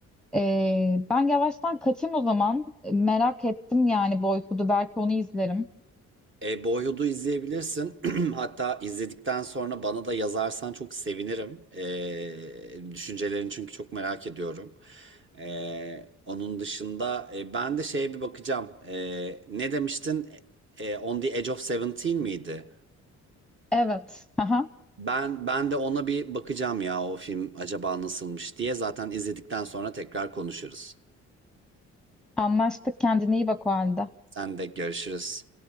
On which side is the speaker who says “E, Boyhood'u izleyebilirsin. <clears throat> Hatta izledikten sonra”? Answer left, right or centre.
Right